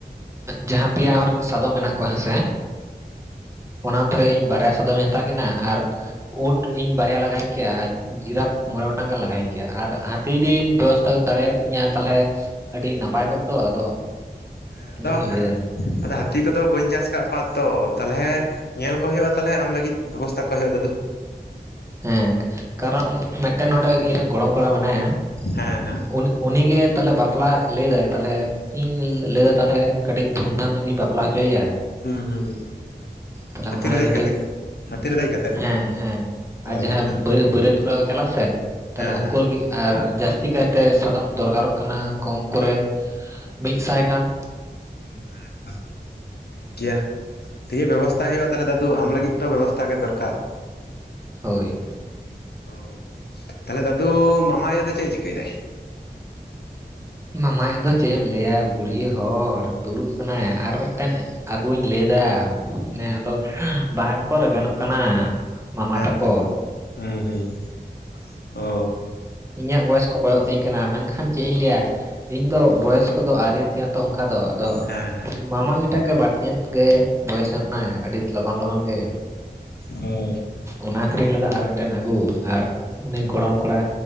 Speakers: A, on the right; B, on the left.
A: ᱡᱟᱦᱟᱸ ᱯᱮᱭᱟ ᱟᱢᱨᱮᱱ ᱥᱟᱫᱚᱢ ᱢᱮᱱᱟᱜ ᱠᱚᱣᱟ ᱦᱮᱸ ᱥᱮ ᱚᱱᱟ ᱛ ᱨᱮ ᱤᱧ ᱵᱟᱨᱭᱟ ᱥᱟᱫᱚᱢ ᱤᱧ ᱦᱟᱛᱟᱣ ᱠᱤᱱᱟᱹ ᱟᱨ ᱩᱴ ᱤᱧ ᱵᱟᱨᱭᱟ ᱞᱟᱜᱟᱣᱤᱧ ᱠᱮᱭᱟ ᱟᱨ ᱡᱤᱨᱟᱯ ᱢᱚᱸᱬᱮ ᱜᱚᱴᱟᱝ <unintelligible> ᱞᱟᱜᱟᱣᱤᱧ ᱠᱮᱭᱟ ᱟᱨ
B: ᱴᱷᱤᱠ
A: ᱦᱟᱛᱤ
B: ᱜᱮᱭᱟ
A: ᱡᱩᱫᱤᱢ ᱵᱮᱵᱚᱥᱛᱷᱟ ᱫᱟᱲᱮᱭ ᱟᱹᱧᱟᱹ ᱛᱟᱦᱚᱞᱮ ᱟᱹᱰᱤ ᱱᱟᱯᱟᱭ ᱠᱚᱜ ᱫᱚ ᱟᱫᱚ
B: ᱦᱮᱸ ᱟᱫᱚ
A: ᱚᱱᱟᱜᱤᱧ ᱞᱟᱹᱭᱫᱟ
B: ᱟᱫᱚ ᱦᱟᱛᱤ ᱠᱚᱫᱚ ᱵᱟᱹᱧ ᱪᱟᱥ ᱠᱟᱫ ᱠᱚᱣᱟ ᱛᱚ ᱛᱟᱞᱦᱮ ᱧᱮᱞ ᱠᱚ ᱦᱳᱭᱳᱜᱼᱟ ᱛᱟᱦᱚᱞᱮ ᱟᱢ ᱞᱟᱜᱤᱫ ᱵᱮᱵᱚᱥᱛᱟ ᱠᱚ ᱦᱳᱭᱳᱜᱼᱟ ᱫᱟᱫᱩ
A: ᱦᱮᱸ ᱠᱟᱨᱚᱱ ᱢᱮᱫᱴᱮᱱ ᱱᱚᱰᱮ ᱤᱧᱨᱮᱱ ᱜᱚᱲᱚᱢ ᱠᱚᱲᱟ ᱢᱮᱱᱟᱭᱟ
B: ᱦᱮᱸ ᱦᱮᱸ
A: ᱩᱱ ᱩᱱᱤᱜᱮ ᱛᱟᱞᱦᱮ ᱵᱟ ᱵᱟᱯᱞᱟ ᱞᱟᱹᱭᱫᱟᱭ ᱛᱟᱞᱦᱮ ᱤᱧ ᱞᱟᱹᱭᱮᱫᱟᱭ ᱛᱟᱞᱦᱮ ᱠᱟᱴᱤᱡ ᱫᱷᱩᱢᱫᱷᱟᱢ ᱧᱚᱜ ᱤᱧ ᱵᱟᱯᱞᱟ ᱦᱚᱪᱚᱭᱮᱭᱟ
B: ᱦᱩᱸ ᱦᱩᱸ
A: ᱛᱟᱞᱦᱮ
B: ᱦᱟᱹᱛᱤ
A: ᱚᱱᱟᱜᱮ
B: ᱨᱮ ᱫᱮᱡ
A: ᱠᱟᱴᱤᱡ
B: ᱠᱟᱛᱮᱫ ᱦᱟᱹᱛᱤ ᱨᱮ ᱫᱮᱡ ᱠᱟᱛᱮᱫ
A: ᱦᱮᱸ ᱦᱮᱸ ᱟᱨ
B: ᱚ
A: ᱡᱟᱦᱟᱸᱭ
B: ᱦᱮᱸ
A: ᱵᱟᱹ ᱵᱟᱹᱨᱭᱟᱹᱛ ᱠᱚᱲᱟ ᱠᱚ ᱪᱟᱞᱟᱜᱼᱟ ᱥᱮ ᱛᱟᱞᱦᱮ
B: ᱦᱮᱸ
A: ᱩᱱᱠᱩ
B: ᱦᱮᱸ
A: ᱞᱟᱹᱜᱤᱫ ᱟᱨ ᱡᱟᱹᱥᱛᱤ ᱠᱟᱭᱛᱮ ᱥᱟᱫᱚᱢ ᱫᱚᱨᱠᱟᱨᱚᱜ ᱠᱟᱱᱟ ᱠᱚᱢ ᱠᱚᱨᱮ ᱢᱤᱫ ᱥᱟᱭ ᱜᱟᱱ
B: <unintelligible> ᱜᱮᱭᱟ ᱛᱮᱦᱮ ᱵᱮᱵᱚᱥᱛᱷᱟ ᱦᱳᱭᱳᱜᱼᱟ ᱛᱟᱦᱚᱞᱮ ᱫᱟᱫᱩ ᱟᱢ ᱞᱟᱹᱜᱤᱫ ᱛᱚ ᱵᱮᱵᱚᱥᱛᱷᱟ ᱜᱮ ᱫᱚᱨᱠᱟᱨ
A: ᱦᱳᱭ
B: ᱦᱳᱭ ᱛᱟᱦᱞᱮ ᱫᱟᱫᱩ ᱢᱟᱢᱟ ᱟᱭᱳ ᱫᱚ ᱪᱮᱫ ᱮ ᱪᱤᱠᱟᱹᱭ ᱫᱟᱭ
A: ᱢᱟᱢᱟᱭᱳ ᱫᱚ ᱪᱮᱫ ᱮᱢ ᱞᱟᱹᱭᱟ ᱵᱩᱲᱦᱤ ᱦᱚᱲ ᱫᱩᱲᱩᱵ ᱟᱠᱟᱱᱟᱭ ᱟᱨ ᱢᱤᱫᱴᱮᱱ ᱟᱹᱜᱩᱧ ᱞᱟᱹᱭᱫᱟ ᱢᱟᱱᱮ ᱟᱫᱚ
B: ᱦᱳᱭ
A: ᱵᱟᱝᱠᱚ ᱨᱮᱵᱮᱱᱚᱜ ᱠᱟᱱᱟ ᱢᱟᱢᱟ
B: ᱦᱮᱸᱛᱚ
A: ᱛᱟᱠᱚ
B: ᱦᱮᱸ ᱦᱮᱸ ᱚ
A: ᱤᱧᱟᱹᱜ ᱵᱚᱭᱮᱥ ᱠᱚ ᱠᱚᱭᱚᱜ ᱛᱤᱧ ᱠᱟᱱᱟ ᱢᱮᱱᱠᱷᱟᱱ ᱪᱮᱫ ᱤᱧ ᱞᱟᱹᱭᱟ ᱤᱧ ᱫᱚ ᱵᱚᱭᱮᱥ ᱠᱚᱫᱚ ᱟᱹᱣᱨᱤᱛᱤᱧᱟ ᱛᱚ ᱚᱱᱠᱟ ᱫᱚ ᱟᱫᱚ
B: ᱦᱮᱸ ᱦᱮᱸ
A: ᱢᱟᱢᱟ ᱟᱭᱩ ᱴᱟᱜ ᱜᱮ ᱵᱟᱹᱲᱛᱤ ᱧᱚᱜ ᱜᱮ ᱵᱚᱭᱮᱥ ᱧᱚᱜ
B: ᱦᱮᱸ
A: ᱱᱟᱭ
B: ᱦᱮᱸ
A: ᱟᱹᱰᱤ ᱞᱚᱜᱚᱱ ᱞᱚᱜᱚᱱ ᱜᱮ
B: ᱦᱳᱭ
A: ᱚᱱᱟ
B: ᱛᱟᱦᱚᱞᱮ
A: ᱠᱷᱟᱛᱤᱨᱤᱧ ᱞᱮᱫᱟ ᱟᱨᱚ ᱴᱮᱱ ᱟᱹᱜᱩ ᱟᱨ
B: ᱦᱮᱸ
A: ᱩᱱᱤ ᱜᱚᱲᱚᱢ ᱠᱚᱲᱟ